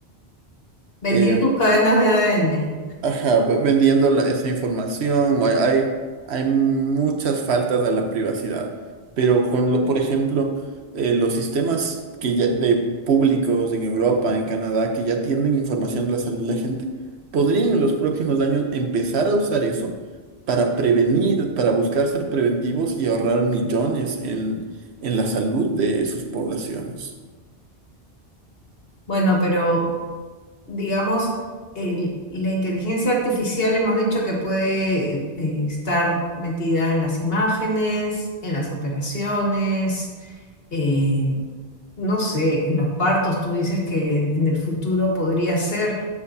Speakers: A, on the left (about 65°); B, on the right (about 80°).
A: Vendía
B: eh,
A: tus cadenas de ADN.
B: Ajá, ve- vendiendo la- esa información, o hay, hay, hay muchas faltas a la privacidad, pero con, lo- por ejemplo, eh, los sistemas que ya, de públicos en Europa, en Canadá, que ya tienen información de la salud de la gente, podrían en los próximos años empezar a usar eso para prevenir, para buscar ser preventivos y ahorrar millones en, en la salud de sus poblaciones.
A: Bueno, pero digamos, el- la inteligencia artificial hemos dicho que puede eh, estar metida en las imágenes, en las operaciones, en, no sé, en los partos, tú dices que en, en el futuro podría ser,